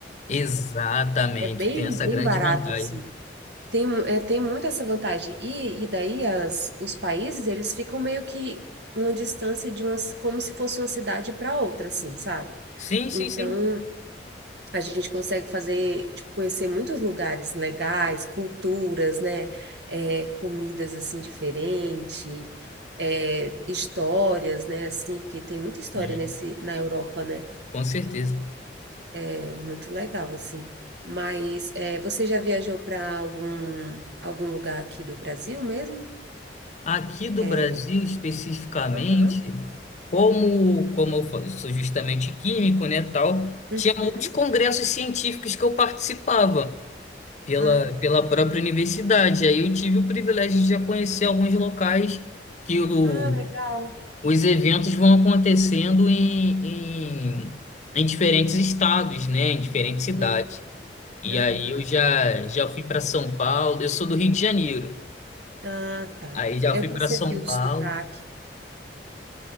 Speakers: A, on the left; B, on the right.
A: Exatamente,
B: É bem,
A: tem essa
B: bem
A: grande
B: barato,
A: vantagem.
B: assim. Tem, mu- é, tem muito essa vantagem. E, e daí as, os países, eles ficam meio que uma distância de umas, como se fosse uma cidade para outra, assim, sabe?
A: Sim, sim,
B: Então,
A: sim.
B: a gente consegue fazer, tipo, conhecer muitos lugares legais, culturas, né? É, comidas, assim, diferentes, é, histórias, né? Assim, porque tem muita história
A: Sim,
B: nesse, na Europa, né?
A: Com certeza.
B: É muito legal, assim. Mas é, você já viajou para algum, algum lugar aqui do Brasil mesmo?
A: Aqui do
B: É,
A: Brasil, especificamente,
B: Aham.
A: como, como eu fa- sou justamente químico, né, tal,
B: Uhum.
A: tinha muitos congressos científicos que eu participava pela,
B: ah,
A: pela
B: le-
A: própria universidade. Aí eu tive o privilégio de já conhecer alguns locais que eu,
B: ah, legal.
A: os eventos vão acontecendo em, em, em diferentes estados, né? Em diferentes cidades.
B: Hum,
A: E
B: Aham.
A: aí eu já, já fui para São Paulo, eu sou do Rio de Janeiro.
B: Ah, tá.
A: Aí já
B: Eu
A: fui
B: percebi
A: para São
B: o
A: Paulo,
B: sotaque.